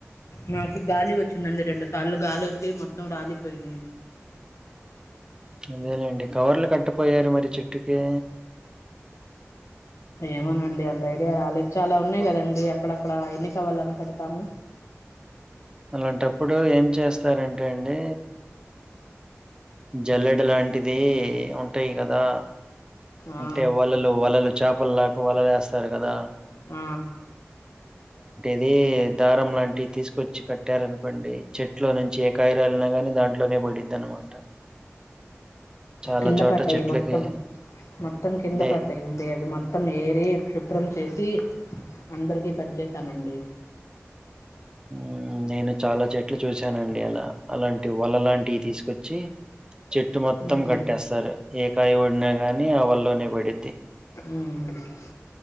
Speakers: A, on the left; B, on the right.
A: నాకు గాలి వచ్చిందండి రెండు సార్లు గాలి వచ్చి మొత్తం రాలిపోయినాయి
B: ఇంతేలెండి కవర్లు కట్టపోయారు మరి చెట్టుకి
A: ఏమోనండి అంత ఐడియా రాలేదు చాలా ఉన్నాయి కదండి అక్కడక్కడ ఎన్ని కవర్లని పెడతాము
B: అలాంటప్పుడు ఏం చేస్తారంటే అండి జల్లెడ లాంటిది ఉంటాయి కదా
A: ఆ
B: అంటే వలలు వలలు చేపలులాకు వలలేస్తారు కదా
A: ఆ
B: ఇది దారం లాంటివి తీసుకొచ్చి కట్టారనుకోండి చెట్లో నుంచి ఎక్ కాయరాలిన గానీ దాంట్లోనే పడిద్దన్నమాట చాలా
A: కింద
B: చోట
A: పడ్డాయి
B: చెట్లకి
A: మొత్తం మొత్తం కింద
B: అదే
A: పడ్డాయండి అవి మొత్తం ఏరి శుభ్రం చేసి అందరికీ పంచేసామండి
B: ఆ నేను చాలా చెట్లు చూశానండి అలా అలాంటి వల లాంటివి తీసుకొచ్చి చెట్టు మొత్తం
A: మ్మ్.
B: కట్టేస్తారు ఏకాయ వడినా గాని ఆవల్లోనే పడిద్ది
A: ఉ